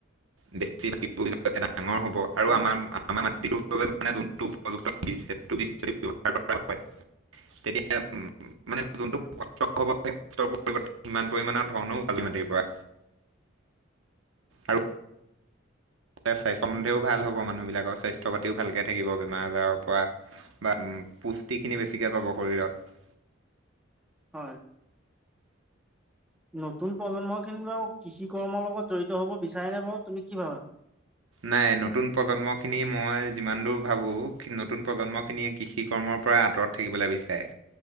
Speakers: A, on the right; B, in the centre.
A: <unintelligible> ডাঙৰ হ'ব আৰু
B: হয়
A: আমাৰ আমাৰ মাটিটোৰ বাবে মানে যোনটো উপযুক্ত যু সেইটো হাৰ তেতিয়া মানে যোনটো
B: উম।
A: কষ্ট হ'ব সেই কষ্টৰ পৰিৱৰ্তে সিমান পৰিমাণৰ ধনো কাজমাটিৰ পৰা। আৰু স্বাস্থ্য সম্বন্ধেও ভাল হ'ব। মানুহবিলাকৰ স্বাস্থ্য পাতিও ভালকে থাকিব বেমাৰ আজাৰৰ পৰা। বা উ পুষ্টি খিনি বেছিকে পাব শৰীৰত।
B: হয় নতুন প্ৰজন্ম খিনি বাৰু কৃষি কৰ্মৰ লগত জড়িত হ'ব বিচাৰে নাই বাৰু তুমি কি ভাবা?
A: নাই নতুন প্ৰজন্ম খিনি মই যিমান দূৰ ভাবো নতুন প্ৰজন্ম খিনিয়ে কৃষি কৰ্মৰ পৰা আঁতৰত থাকিবলৈ বিচাৰে।